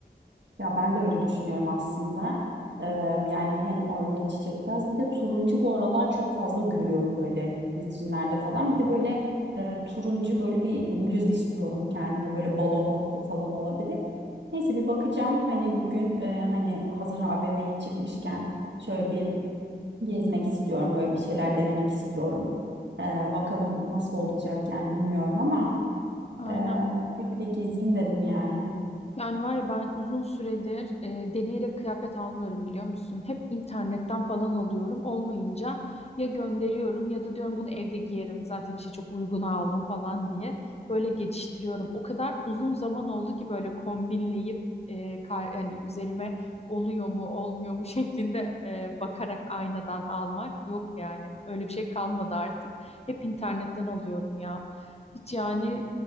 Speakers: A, on the right; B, on the left.
A: Ya ben de öyle düşünüyorum aslında. Eee, yani hem o öyle çiçektaş bir de turuncu bu aralar çok fazla görüyorum böyle vitrinlerde falan. Bir de böyle eee, turuncu böyle bir bluz istiyorum kendime böyle balon kollu falan olabilir. Neyse bir bakacağım hani bugün eee, hani hazır AVM'ye çıkmışken şöyle bir gezmek istiyorum böyle bir şeyler denemek istiyorum. Eee, bakalım nasıl olacak yani bilmiyorum ama
B: Aynen.
A: eee öyle bir gezeyim dedim yani.
B: Yani var ya ben uzun süredir e, deneyerek kıyafet almıyorum biliyor musun? Hep internetten falan alıyorum. Olmayınca ya gönderiyorum ya da diyorum bunu evde giyerim. Zaten işte çok uyguna aldım falan diye. Böyle geçiştiriyorum. O kadar uzun zaman oldu ki böyle kombinleyip e, kar- hani üzerime oluyor mu olmuyor mu <laughs> şeklinde e, bakarak aynadan almak yok yani. Öyle bir şey kalmadı artık. Hep internetten alıyorum ya. Hiç yani